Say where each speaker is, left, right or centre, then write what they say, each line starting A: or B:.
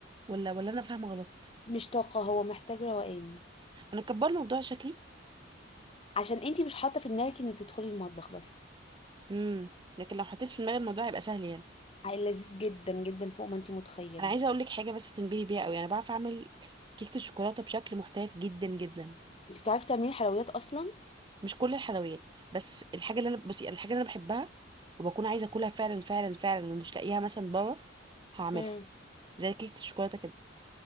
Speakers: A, on the right; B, on the left.
A: ولا ولا أنا فاهمة غلط
B: مش طاقه هو محتاج روقان
A: انا كبرنا الموضوع شكلي
B: عشان انت مش حاطه في دماغك انك تدخلي المطبخ بس
A: امم لكن لو حطيت في دماغي الموضوع هيبقى سهل يعني
B: عيل لذيذ جدا جدا فوق ما انت متخيله
A: انا عايزه اقول لك حاجه بس تنبهي بيها قوي انا بعرف اعمل كيكه الشوكولاته بشكل محترف جدا جدا
B: انت بتعرفي تعملي حلويات اصلا
A: مش كل الحلويات بس الحاجه اللي انا بصي الحاجه اللي انا بحبها وبكون عايزه اكلها فعلا فعلا فعلا ومش لاقيها مثلا بره هعملها
B: امم
A: زي كيكه الشوكولاته كده